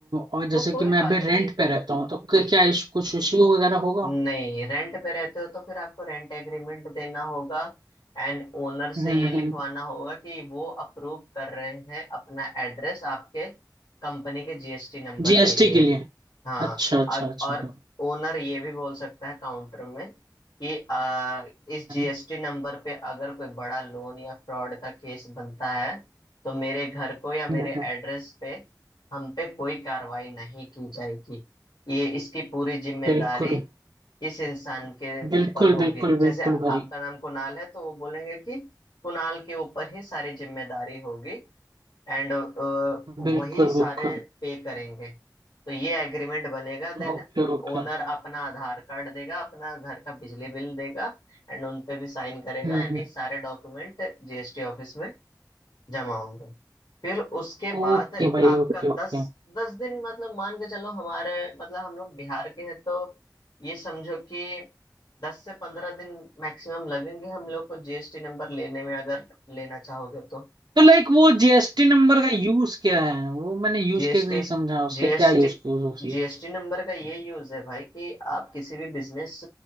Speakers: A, on the right; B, on the left.
A: और जैसे
B: तो कोई
A: कि मैं
B: बात
A: अभी
B: नहीं
A: रेंट पे रहता हूँ तो क्या
B: आह,
A: क्या इशू कुछ इशू वगैरह होगा
B: नहीं रेंट पे रहते हो तो फिर आपको रेंट एग्रीमेंट देना होगा एंड ओनर से
A: हम्म
B: ये लिखवाना
A: हम्म
B: होगा कि वो अप्रूव कर रहे हैं अपना एड्रेस आपके कंपनी के जीएसटी नंबर
A: जीएसटी
B: के लिए
A: के लिए
B: हाँ
A: अच्छा अच्छा
B: अब-
A: अच्छा
B: और
A: हाँ
B: ओनर ये भी बोल सकता है काउंटर में कि आ, इस जीएसटी
A: हम्म,
B: नंबर पे अगर कोई बड़ा लोन या फ्रॉड का केस बनता है तो मेरे घर को या मेरे
A: हम्म,
B: एड्रेस पे हम पे कोई कार्रवाई नहीं की जाएगी ये इसकी पूरी जिम्मेदारी
A: बिल्कुल
B: इस इंसान के
A: बिल्कुल
B: ऊपर होगी
A: बिल्कुल
B: जैसे
A: बिल्कुल
B: आपका
A: भाई
B: नाम कुणाल है तो वो बोलेंगे कि कुणाल के ऊपर ही सारी जिम्मेदारी होगी एंड
A: बिल्कुल
B: वही सारे
A: बिल्कुल
B: पे करेंगे तो ये एग्रीमेंट बनेगा देन
A: Okay okay
B: ओनर अपना आधार कार्ड देगा अपना घर का बिजली बिल देगा एंड उन पे भी साइन करेगा
A: हम्म
B: एंड
A: हम्म,
B: ये सारे डॉक्यूमेंट जीएसटी ऑफिस में जमा होंगे फिर उसके बाद
A: ओके भाई
B: आपका
A: ओके ओके
B: दस दस दिन मतलब मान के चलो हमारे मतलब हम लोग बिहार के हैं तो ये समझो कि दस से पंद्रह दिन मैक्सिमम लगेंगे हम लोग को जीएसटी नंबर लेने में अगर लेना चाहोगे तो
A: तो लाइक वो जीएसटी नंबर का यूज क्या है वो मैंने यूज
B: जीएसटी
A: केस नहीं समझा उसका
B: जीएसटी
A: क्या यूज केस होती
B: जीएसटी नंबर का ये यूज है भाई कि आप किसी भी बिजनेस